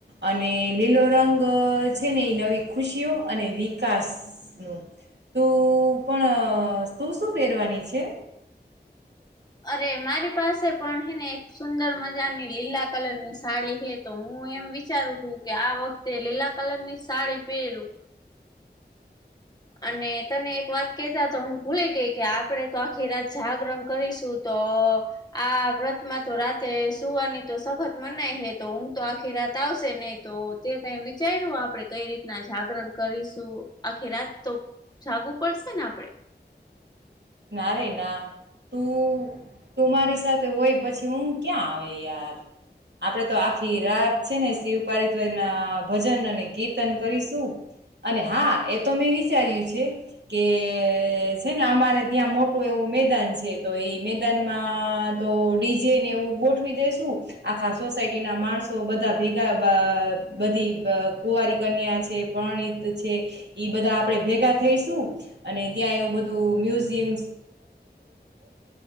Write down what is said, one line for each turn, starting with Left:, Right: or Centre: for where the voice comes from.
Right: અને લીલો રંગ છે ને એ નવી ખુશીઓ અને વિકાસનું તું પણ તું શું પહેરવાની છે
Left: અરે મારી પાસે પણ હેને એક સુંદર મજાની લીલા કલર ની સાડી હે તો હું હ એમ વિચારું છું કે આ વખતે લીલા કલર ની સાડી પહેરું
Right: <inaudible>
Left: અને તને એક વાત કેતા તો હું ભૂલે ગઈ કે આપડે તો આખી રાત જાગરણ કરીશું તો આ વ્રતમાં તો રાતે સુવાની તો સખત મનાય હે તો હું તો આખી રાત આવશે નહી તો તે કઈ વિચાર્યું આપણે કઈ રીતના જાગરણ કરીશું આખી રાત તો જાગવુ પડશે ને આપડે
Right: નારે એના તું તું મારી સાથે હોય પછી હું ક્યાં આવે યાર આપડે તો આખી રાત છે ને શિવ પારિતવ ના ભજન અને કીર્તન કરીશું અને હા એ તો મેં વિચાર્યું છે કે છે ને અમારે ત્યાં મોટું એવું મેદાન છે તો એઈ મેદાનમાં તો ડીજે ને એવું ગોઠવી દેસું આખા સોસાયટી ના માણસો બધા ભેગા બધી કુવારી કન્યા છે પર છે બધા આપ ભેગા થઈશું અને ત્યાં એવું બધું બ ગ અ